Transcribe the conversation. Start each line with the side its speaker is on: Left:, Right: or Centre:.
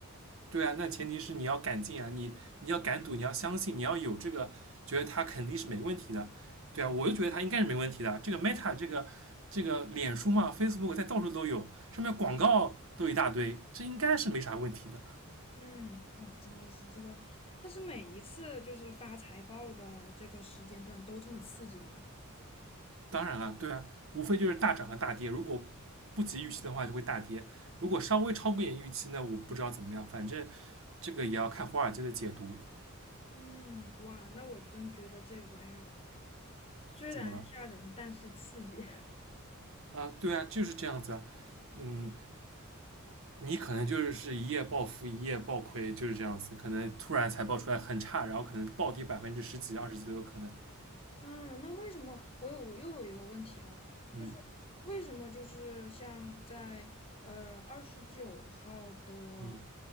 Right: 对啊，那前提是你要敢进啊，你你要敢赌，你要相信，你要有这个觉得它肯定是没问题的，对啊，我就觉得它应该是没问题的。这个 Meta 这个这个脸书嘛，Facebook 在到处都有，上面广告都一大堆，这应该是没啥问题的。
Left: 嗯，哇，真的是这个，它是每一次就是发财报的这个时间段都这么刺激吗？
Right: 当然了，对啊，无非就是大涨和大跌，如果不及预期的话就会大跌，如果稍微超过一点预期呢，我不知道怎么样，反正这个也要看华尔街的解读。
Left: 嗯，哇，那我真觉得这玩意儿虽然吓人，
Right: 怎么了？
Left: 但是刺激。
Right: 啊，对啊，就是这样子啊。嗯，你可能就是是一夜暴富，一夜暴亏，就是这样子，可能突然财报出来很差，然后可能暴跌百分之十几、二十几都有可能。
Left: 啊，那为什么我有我又有一个问题啊，
Right: 嗯
Left: 就是为什么就是像在呃二十九号的
Right: 嗯